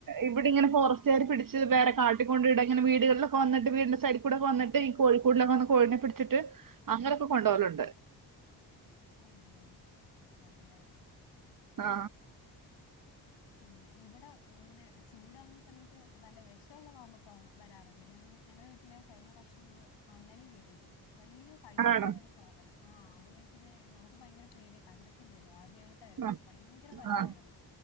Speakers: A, on the right; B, on the left.
A: ഇവിടെ ഇങ്ങനെ ഫോറസ്റ്റുകാര് പിടിച്ച് വേറെ കാട്ടിൽ കൊണ്ട് ഇട ഇങ്ങനെ വീടുകളിലക്കെ വന്നിട്ട് വീടിന്റെ സൈഡ് കൂടെ ഒക്കെ വന്നിട്ട് ട്ട് ഈ കോഴിക്കൂടിലൊക്കെ വന്ന് കോഴിനെ പിടിച്ചിട്ട് അങ്ങനൊക്കെ കൊണ്ടോവലുണ്ട്
B: ആഹ് അതെയോ ആഹ്
A: ആ
B: പിന്നെ ഇവിടെ ഇങ്ങനെ ചൂടാകുന്ന സമയത്ത് വല്ല വിഷോള്ള പാമ്പൊക്കെ വരാറുണ്ട് ഞങ്ങ ഞങ്ങളുടെ വീട്ടില് കഴിഞ്ഞ പ്രാവശ്യം ഒരു അണലി കേറിയിട്ടുണ്ട് വലിയ സൈസസ്
A: ആണോ
B: ഉള്ളരു സാധനം ആ അതിനെ പിന്നെ നമുക്ക് ഭയങ്കര പേടിയ കണ്ടിട്ടില്ലല്ലോ ആദ്യായി ട്ടായിരുന്നു
A: ആ
B: ഭയങ്കര വലുതായിരുന്നു
A: ആ